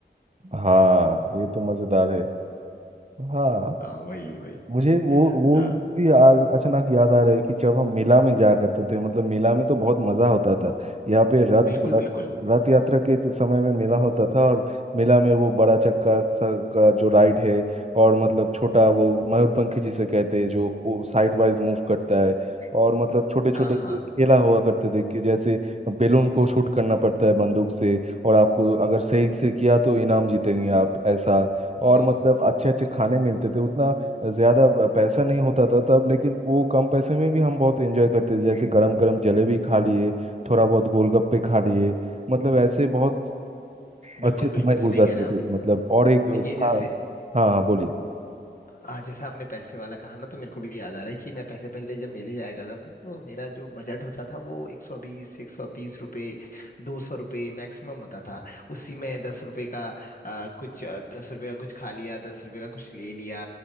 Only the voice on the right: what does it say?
हाँ ये तो मज़ेदार है हाँ
मुझे वो वो
दिन भी आ- अचानक याद आ रहा है कि जब हम मेला में जाया करते थे मतलब मेला में तो बहुत मजा होता था यहाँ पे रथ
रथ
रथ यात्रा के समय में मेला होता था और मेला में वो बड़ा चक्का सा का जो राइड है और मतलब छोटा वो मयूरपंखी जिसे कहते हैं जो वो साइड वाइज मूव करता है और मतलब छोटे छोटे
खेला हुआ करते थे कि जैसे बेलून को शूट करना पड़ता है बंदूक से और आपको अगर सही से किया तो इनाम जीतेंगे आप ऐसा और
मतलब अच्छे
अच्छे खाने मिलते थे उतना ज़्यादा पैसा नहीं होता था तब लेकिन वो कम पैसे में भी हम बहुत एंजॉय करते थे जैसे गरम गरम जलेबी खा लिए थोड़ा बहुत गोलगप्पे खा लिए मतलब ऐसे बहुत अच्छे
समय
गुजारते
थे
मतलब और एक था
हाँ हाँ बोलिए